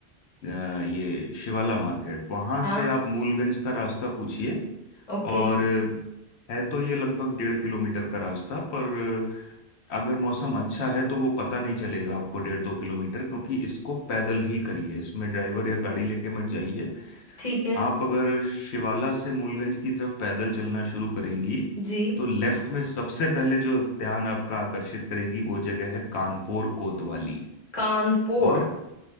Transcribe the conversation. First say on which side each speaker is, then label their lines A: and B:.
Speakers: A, on the left; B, on the left.
A: अ, ये शिवाला मार्केट वहाँ
B: हाँ
A: से आप मूलगंज का रास्ता पूछिए
B: ओके
A: और अ, है तो ये लगभग डेढ़ किलोमीटर का रास्ता पर अगर मौसम अच्छा है तो वो पता नहीं चलेगा आपको डेढ़ दो किलोमीटर क्योंकि इसको पैदल ही करिए इसमें ड्राइवर या गाड़ी लेके मत जाइए
B: ठीक है
A: आप अगर शिवाला से मूलगंज की तरफ पैदल चलना शुरू करेंगी
B: जी
A: तो लेफ्ट में सबसे पहले जो ध्यान आपका आकर्षित करेगी वो जगह है कानपुर कोतवाली
B: कानपुर
A: और